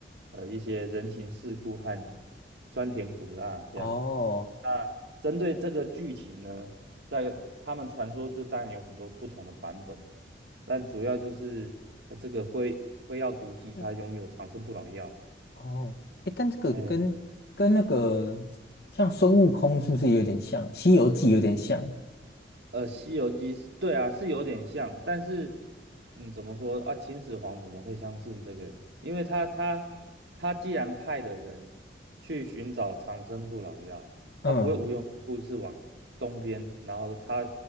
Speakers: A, on the right; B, on the left.
A: 呃一些人情世故和酸甜苦辣这样。
B: 哦，
A: 那针对这个剧情呢，在他们传说这当然有很多不同的版本，但主要就是呃这个辉辉耀足迹它拥有长生不老药，
B: 哎，哦，哎，但这个跟跟那个像孙悟空是不是有点像？
A: 哎，
B: 《西游记》有点像，
A: 呃，《西游记》是对啊，是有点像，但是，嗯，怎么说啊？秦始皇怎么会相信这个？因为他他他既然派的人去寻找长生不老药，
B: 嗯，
A: 他不会无缘无故是往东边，然后他